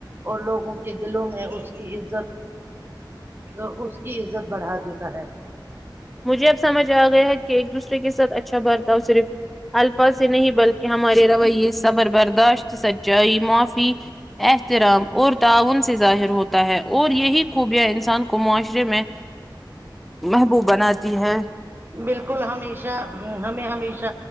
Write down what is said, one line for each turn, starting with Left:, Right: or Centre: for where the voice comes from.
Right: اور لوگوں کے دلوں میں اس کی عزت ا اس کی عزت بڑھا دیتا ہے
Centre: مجھے اب سمجھ آ گیا ہے کہ ایک دوسرے کے ساتھ اچھا بارتاؤ صرف الفاظ سے نہیں بلکہ ہمارے رویے صبر برداشت سچائی معافی احترام اور تعاون سے ظاہر ہوتا ہے اور یہی خوبیاں انسان کو معاشرے میں محبوب بناتی ہے
Right: بالکل ہمیشہ ہ ہمیں ہمیشہ